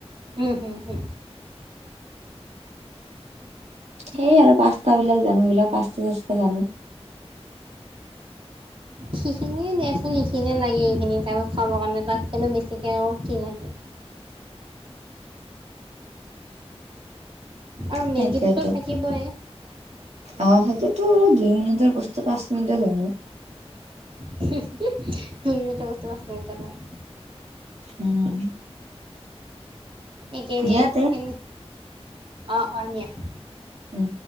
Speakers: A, on the right; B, on the right.
A: উম হুম হ।
B: সেই আৰু পাঁছতাবিলাক জানো, এইবিলাক পাঁছতা চাচতা জানো।
A: সিখিনিয়ে দিয়াচোন সিখিনিয়ে লাগে, ইভিনিং টাইমত খাবৰ কাৰণে তাত কেনো বেছিকে আৰু কি লাগে। আৰু
B: সেইটোয়েতো
A: মেগীটোতো থাকিবই।
B: অ সেইটোতো দুই মিনিটৰ বস্তু পাঁচ মিনিটত হ মোৰ।
A: দুই মিনিটৰ বস্তু পাচ মিনিটত হয়।
B: উম।
A: একেই নিয়াই
B: দিয়া তে
A: এ অ অ নিয়া।
B: উম।